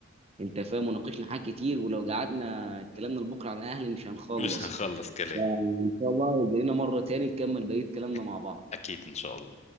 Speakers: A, on the right; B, on the left.
A: انت فاهم وناقشنا حاجات كتير ولو قعدنا اتكلمنا لبكره عن الاهلي مش هنخلص
B: <laughs> مش هنخلص كلام
A: فان شاء الله يجي لنا مره تاني نكمل بقيه كلامنا
B: أك-
A: مع بعض
B: اكيد ان شاء الله